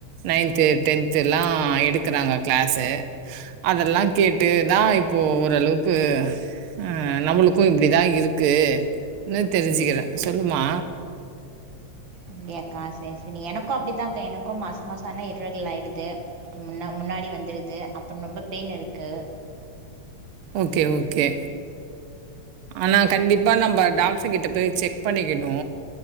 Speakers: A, on the right; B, on the right.
A: நைன்த்து டென்த்தில்லா எடுக்குறாங்க கிளாஸு அதெல்லா கேட்டுதா இப்போ ஓரளவுக்கு ஆ நம்மளுக்கு இப்டிதா இருக்கு னு தெரிஞ்சுக்கிறே சொல்லுமா
B: அப்டியாக்கா சேர் சேரி எனக்கு அப்டித்தான்க்கா எனக்கு மாச மாசோ ஆனா இர்ரெகுலர் ஆய்டுது முன்னா முன்னாடி வந்துருது அப்பறோ ரொம்ப பெயின் இருக்கு
A: ஓகே ஓகே ஆனா கண்டிப் பா நம்ப டாக்ரு கிட்ட போய் செக் பண்ணிக்கினு